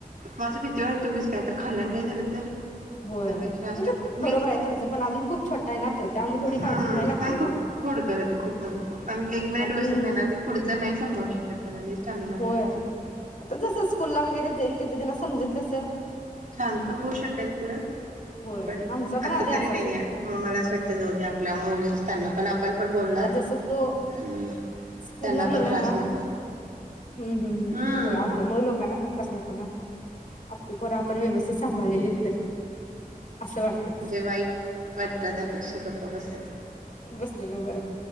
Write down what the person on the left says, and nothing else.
होय
म्हणजे
बरोबर आहे तुमचं पण अजून खूप छोटा आहे ना तो त्यामुळे तेथढी
काळजी घ्यायला लागते
हो
अजून
होय
आता जस स्कूलला वगैरे जाईल त्याच तो समजेल तसं.
होय
आमचा
पण आधी
असाच
होता
अ जस तो
स्कूलला
गेलाय
ना
ह् ह
होय आपल्यामुळ लोकांना. त्रास नको ना आपली पोर आपण व्यवस्थित सांभाळलेली बरी. असं वाटते
बसलेलं बरं